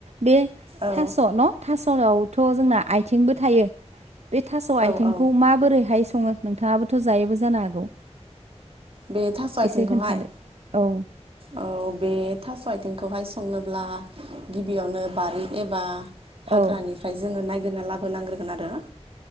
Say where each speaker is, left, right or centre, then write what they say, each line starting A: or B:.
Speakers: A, on the right; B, on the right.
A: बे
B: औ
A: थास' न' थास'आवथ' जोंना आथिंबो थायो। बे थास' आथिंखौ
B: औ औ
A: माबोरैहाय सङो नोंथाङाबोथ' जायोबो जानो हागौ।
B: बे थास' आथिंखौहाय
A: एसे खोन्थादो औ
B: औ बे थास'थि आथिंखौहाय संनोब्ला गिबियावनो बारि एबा हाग्रानिफ्राय
A: औ
B: जोंङो नोनना लाबोनांग्रोनोगोन आरो